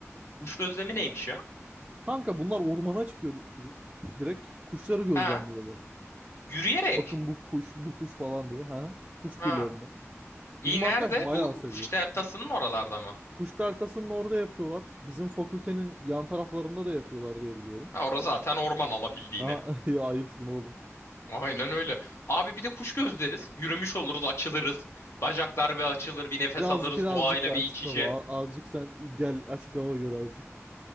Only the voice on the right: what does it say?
Kanka bunlar ormana çıkıyor direkt. Kuşları gözlemliyorlar.
Bakın bu kuş, bu kuş falan diye. Ha? Kuş türlerini.
Bizim
arkadaş bayağı
seviyor.
Kuş deltasının orada yapıyorlar. Bizim fakültenin yan taraflarında da yapıyorlar diye biliyorum.
Ha, <laughs> ya ayıpsın oğlum.
Biraz
birazcık
da
açık
hava. A- Azıcık sen gel açık hava gör azıcık.